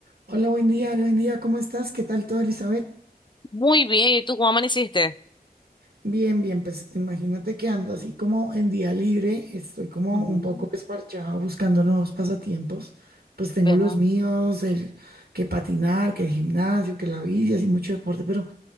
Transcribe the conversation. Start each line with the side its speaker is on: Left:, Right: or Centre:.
Right: Hola, buen día, hola, buen día, ¿cómo estás? ¿Qué tal todo, Elizabeth?
Left: Muy bien, ¿y tú cómo amaneciste?
Right: Bien, bien, pues imagínate que ando así como en día libre, estoy como
Left: Ujú,
Right: un poco desparchado buscando nuevos pasatiempos, pues tengo
Left: ¿Verdad?
Right: los míos, el que patinar, que el gimnasio, que la bici, así mucho deporte, pero